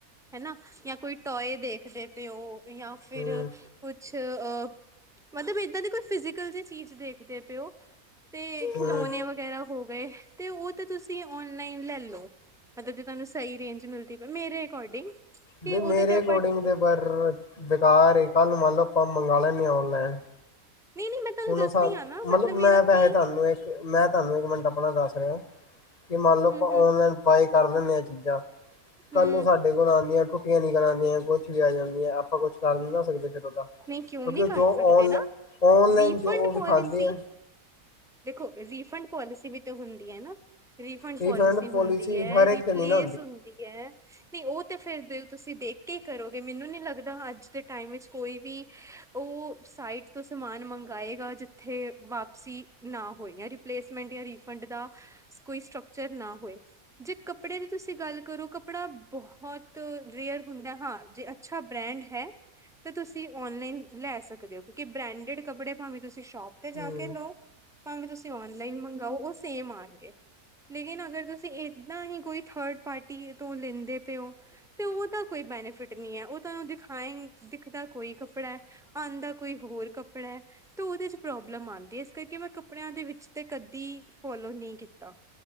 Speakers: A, in the centre; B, on the left.
A: ਹੇਨਾ, ਯਾ ਕੋਈ ਟੋਏ ਦੇਖਦੇ ਪਏਓ, ਯਾਂ ਫਿਰ
B: ਹਮ
A: ਕੁਛ ਅ ਮਤਲਬ ਏਦਾਂ ਦੀ ਕੁਛ ਫਿਜੀਕਲ ਜੀ ਚੀਜ਼ ਦੇਖਦੇ ਪਏ ਓ। ਤੇ ਖਿਲੌਨੇ
B: ਹਮ
A: ਵਗੈਰਾ ਹੋ ਗਏ, ਤੇ ਉਹ ਤਾਂ ਤੁਸੀਂ ਔਨ ਨਹੀਂ ਲੈ ਲੋ, ਮਤਲਬ ਜੇ ਤੁਹਾਨੂੰ ਸਹੀ ਰੇਂਜ ਮਿਲਦੀ ਮੇਰੇ ਅਕੋਰਡਿੰਗ ਕਿ
B: ਨਹੀਂ
A: ਉਹਦੇ
B: ਮੇਰੇ
A: ਤੇ ਆਪਾਂ
B: ਅਕੋਰਡਿੰਗ ਤੇ ਪਰ ਬੇਕਾਰ ਏ ਕੱਲ ਮੰਨ ਲਓ, ਆਪਾਂ ਮੰਗ ਲੈਂਦੇਂ ਆਂ ਔਨਲਾਈਨ
A: ਨਹੀਂ ਨਹੀਂ ਮੈਂ ਤੁਹਾਨੂੰ
B: ਹੁੰਨੇ
A: ਦੱਸਦੀ
B: ਸਨ,
A: ਹਾਂ ਨਾ
B: ਮਤਲਬ
A: ਮੇਰਾ
B: ਮੈਂ ਵੈਸੇ
A: ਕੀ
B: ਤੁਹਾਨੂੰ ਇੱਕ, ਮੈਂ ਤੁਹਾਨੂੰ ਇੱਕ ਮਿੰਟ ਆਪਣਾ ਦੱਸ ਰਿਹਾਂ। ਕਿ ਮੰਨ ਲਓ ਆਪਾਂ
A: ਹਮ ਹਮ
B: ਔਨਲਾਈਨ ਬਾਏ ਕਰ ਲੈਣੇ ਆ ਚੀਜ਼ਾਂ ਕੱਲ
A: ਹਮ
B: ਨੂੰ ਸਾਡੇ ਕੋਲ ਆਦੀਆਂ ਟੁੱਟੀਆਂ ਨੀ ਕਰਾਦੀਆਂ ਕੁੱਛ ਵੀ ਆ ਜਾਂਦੀਆਂ, ਆਪਾਂ ਕੁਛ ਕਰ ਨੀ ਨਾ ਸਕਦੇ ਫਿਰ ਉਹਦਾ।
A: ਕੋਈ ਕਿਓ
B: ਕਿਉਂਕਿ
A: ਨਹੀਂ ਕਰ
B: ਜੋ
A: ਸਕਦੇ
B: ਔਨ
A: ਨਾ,
B: ਔਨਲਾਈਨ
A: ਵੀ
B: ਜੋ
A: ਫੰਡ
B: ਉਹ ਵਿਖਾਉਂਦੇ
A: ਪੋਲਸੀ
B: ਆ
A: ਦੇਖੋ ਰੀਫੰਡ ਪੋਲਸੀ ਵੀ ਤਾਂ ਹੁੰਦੀ ਹੈ ਨਾ ਰੀਫੰਡ
B: ਰਿਫੰਡ
A: ਪੋਲਿਸੀ ਹੁੰਦੀ
B: ਪੋਲਿਸੀ
A: ਹੈ,
B: ਹਰ ਇੱਕ
A: ਰਿਪਲੇਸ
B: ਤੇ ਨਹੀਂ ਨਾ
A: ਹੁੰਦੀ <unintelligible> ਨਹੀਂ, ਉਹ ਤੇ ਫਿਰ ਦੇਖੋ ਤੁਸੀ ਦੇਖ ਕੇ ਹੀ ਕਰੋਗੇ, ਮੈਨੂੰ ਨੀ ਲੱਗਦਾ ਅੱਜ ਦੇ ਟਾਈਮ ਵਿੱਚ ਕੋਈ ਵੀ ਉਹ ਸਾਈਟ ਤੋ ਸਮਾਨ ਮੰਗਾਏਗਾ, ਜਿੱਥੇ ਵਾਪਸੀ ਨਾ ਹੋਏ, ਯਾ ਰਿਪ ਪਲੇਸਮੈਂਟ ਜਾਂ ਰੀਫੰਡ ਦਾ ਕੋਈ ਸਟਕਚਰ ਨਾ ਹੋਏ। ਜੇ ਕੱਪੜੇ ਦੀ ਤੁਸੀਂ ਗੱਲ ਕਰੋ, ਕੱਪੜਾ ਬਹੁਤ ਰੇਅਰ ਹੁੰਦਾ ਹਾਂ ਜੇ ਅੱਛਾ ਬ੍ਰੈਂਡ ਹੈ। ਤੇ ਤੁਸੀ ਔਨਲਾਈਨ ਲੈ ਸਕਦੇ ਹੋ, ਕਿਉਂਕਿ ਬਰੈਂਡੇਡ ਕੱਪੜੇ ਭਾਵੇਂ ਤੁਸੀ ਸ਼ੋਪ ਤੇ ਜਾ
B: ਹਮ
A: ਕੇ ਲਓ। ਭਾਵੇਂ ਤੁਸੀ ਔਨਲਾਈਨ ਮੰਗਾ, ਉਹ ਸੇਮ ਆਨਗੇ। ਲੇਕਿਨ ਅਗਰ ਤੁਸੀਂ ਏਦਾਂ ਹੀ ਕੋਈ ਥਰਡ ਪਾਰਟੀ ਤੋਂ ਲੈਂਦੇ ਪਏ ਹੋ ਤੇ ਉਹਦਾ ਕੋਈ ਬੈਨੀਫਿਟ ਨੀ ਐ, ਉਹ ਤਾਂ ਦਿਖਾਏ ਰੱਖ ਦਾ ਕੋਈ ਕੱਪੜਾ ਆਦਾ ਕੋਈ ਹੋਰ ਕੱਪੜਾ ਹੈ। ਤੇ ਓਹਦੇ ਚ ਪ੍ਰੋਬਲਮ ਆਉਂਦੀ ਏ, ਇਸ ਕਰਕੇ ਮੈਂ ਕੱਪੜਿਆਂ ਦੇ ਵਿਚ ਤੇ ਕਦੀ ਫੋਲੋ ਨਹੀਂ ਕੀਤਾ।